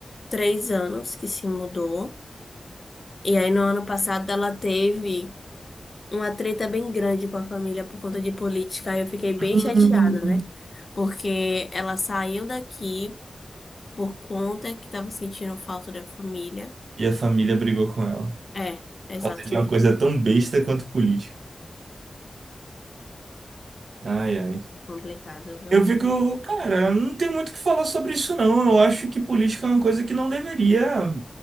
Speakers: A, on the left (about 40°); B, on the right (about 80°).
A: três anos que se mudou. E aí, no ano passado, ela teve. uma treta bem grande com a família por conta de política. Aí eu fiquei bem
B: hum,
A: chateada, né? Porque ela saiu daqui por conta que tava sentindo falta da família.
B: E a família brigou com ela.
A: É, exatamente.
B: Por causa de uma coisa tão besta quanto política. Ai, ai.
A: Complicado, viu?
B: Eu fico, cara, não tem muito o que falar sobre isso, não. Eu acho que política é uma coisa que não deveria.